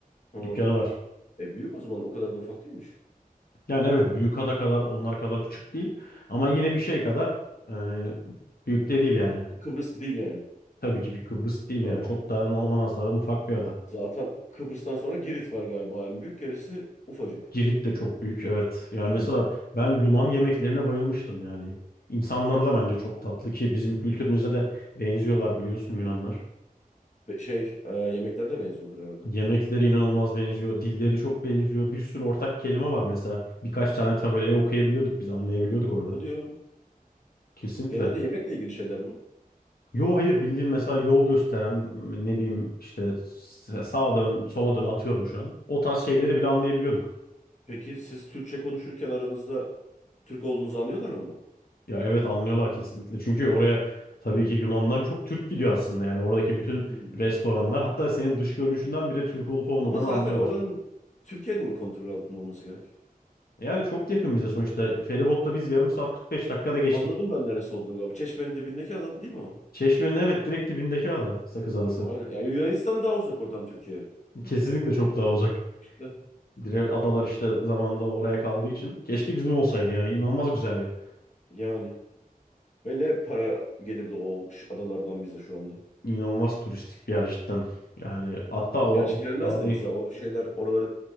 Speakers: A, on the left; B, on the left.
A: Ha.
B: Dükkanı var.
A: E büyük o zaman o kadar da ufak değilmiş.
B: Yani evet Büyükada kadar onlar kadar küçük değil. Ama yine bir şey kadar yani büyük de değil yani.
A: Kıbrıs değil yani.
B: Tabii ki bir Kıbrıs değil
A: Ha,
B: yani. Çok
A: of course.
B: daha ona nazaran ufak bir ada.
A: Zaten Kıbrıs'tan sonra Girit var galiba. En büyük gerisi ufacık.
B: Girit de çok büyük evet. Yani
A: Aynen.
B: mesela ben Yunan yemeklerine bayılmıştım yani. İnsanları da bence çok tatlı ki bizim kültürümüze de benziyorlar biliyorsun Yunanlar.
A: Be- şey e, yemekler de benziyordur herhalde.
B: Yemekleri inanılmaz benziyor. Dilleri çok benziyor. Bir sürü ortak kelime var mesela. Birkaç tane tabelayı okuyabiliyorduk biz anlayabiliyorduk orada.
A: O diyor.
B: Kesinlikle.
A: Genelde yemekle ilgili şeyler mi?
B: Yo hayır bildiğin mesela yol gösteren ne bileyim işte s- sağa dön sola dön atıyorum şu an. O tarz şeyleri bile anlayabiliyorduk.
A: Peki siz Türkçe konuşurken aranızda Türk olduğunuzu anlıyorlar mı hemen?
B: Ya evet anlıyorlar kesinlikle. Çünkü oraya tabii ki Yunan'dan çok Türk gidiyor aslında. Yani oradaki bütün
A: Hmm.
B: restoranlar hatta senin dış görünüşünden bile Türk olup olmadığını
A: Ama zaten
B: anlıyorlar.
A: oranın Türkiye'nin kontrol altında olması gerek.
B: Yani çok yakın bize sonuçta. Feribotla biz yarım saat 45 dakikada geçtik.
A: Anladım ben neresi olduğunu galiba. Çeşmenin dibindeki ada değil mi o?
B: Çeşme'nin evet direkt dibindeki ada Sakız Adası.
A: Aynen. Yani Yunanistan daha uzak oradan Türkiye'ye.
B: Kesinlikle çok daha uzak.
A: İşte.
B: Dire- Adalar işte zamanında oraya kaldığı için. Keşke bizim olsaydı yani inanılmaz güzel yer.
A: Yani. Ve ne para gelirdi o ş- adalardan bize şu anda.
B: İnanılmaz turistik bir yer cidden. Yani hatta o
A: Gerçi gelmezdi
B: dağda
A: bize. O şeyler oraları